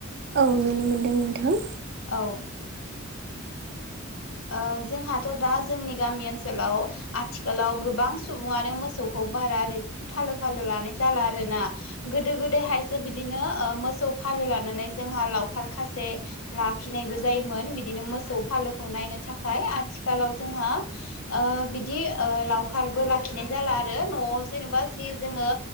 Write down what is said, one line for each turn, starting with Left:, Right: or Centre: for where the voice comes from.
Right: औ नुनो मोनदों नोंथां।
Left: औ ओ जोंहाथ' दा जोंनि गामि ओनसोलाव आथिखालाव गोबां सुबुङानो मोसौखौ बा रा ओरै फालो फालो लोनाय जाला आरोना गोदो हायसो बिदिनो ओ मोसौ फालो लानानै जोंहा लावखार खासे लाखिनायबो जायोमोन बिदिनो मोसौ फालोखौ नायनो थाखाय आथिखालाव जोंहा ओ बिदि ओ लावखारबो लाखिनाय जाला आरो‌ न' नवाव जेनेबा जि जोङो